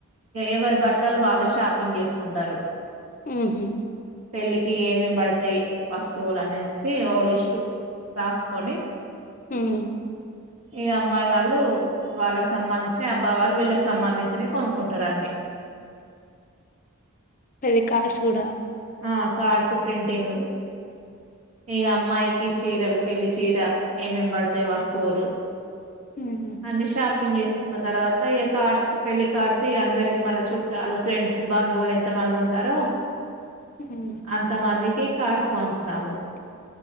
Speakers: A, on the right; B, on the left.
A: ఎవరి బట్టలు వాళ్ళ షాపింగ్ చేసుకుంటారు
B: ఉమ్ హ్మ్మ్
A: పెళ్ళికి ఏమేమి పడతాయి వస్తువులు అనేసి ఓ లిస్టు రాసుకొని
B: ఉమ్
A: ఇగ అమ్మాయి వాళ్ళు వాళ్ళకి సంబంధించిన అబ్బాయి వాళ్ళు వీళ్ళకి సంబంధించిన కొను కుంటారండి
B: పెళ్ళికార్డ్స్ కూడా
A: ఆ కార్డ్స్ ప్రింటింగ్ ఇగా అమ్మాయికి చీరలు పెళ్లి చీర ఏమేమి పడతాయి వస్తువులు
B: ఉమ్
A: అన్నిషా ఓపెన్ చేసుకున్న తర్వాత ఈ కార్డ్స్ పెళ్లి కార్డ్స్ అందరికి మన చుట్టాలు ఫ్రెండ్స్ బంధువులు ఎంత మంది ఉంటారో
B: ఉమ్
A: అంత మంది కి కార్డ్స్ పంచుతాము